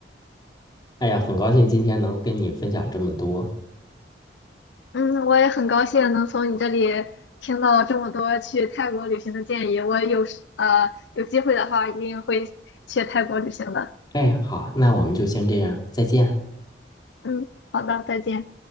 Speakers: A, on the left; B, on the left.
A: 哎呀，很高兴今天能跟你分享这么多。
B: 嗯，我也很高兴能从你这里听到这么多去泰国旅行的建议，我有时呃有机会的话一定会去泰国旅行的。
A: 哎，好，那我们就先这样，再见。
B: 嗯，好的，再见。